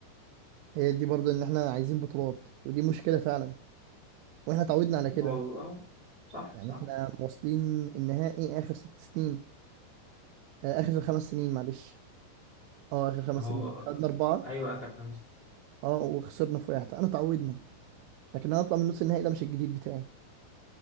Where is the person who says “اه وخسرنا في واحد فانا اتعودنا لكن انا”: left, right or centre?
Right